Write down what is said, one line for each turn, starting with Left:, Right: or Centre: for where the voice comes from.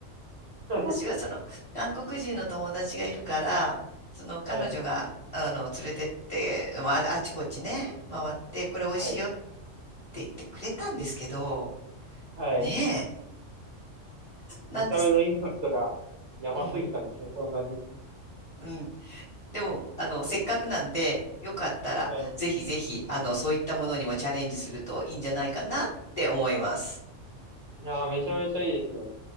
Right: <laughs>
Left: 私はその韓国人の友達がいるから、その彼女が、
Right: はい、
Left: あの、連れてって、まあ、あちこちね、回って、これ美味しいよって
Right: はい、
Left: 言ってくれたんですけど、
Right: はい。
Left: ねえ、
Right: 見た目のインパクトがやばすぎたんですね、
Left: なんです、うん、
Right: そんなに。
Left: うん。でも、あの、せっかくなんで、よかったら、
Right: はい。
Left: ぜひぜひ、あの、そういったものにもチャレンジするといいんじゃないかなって思います。
Right: いやー、めちゃめちゃいいですね。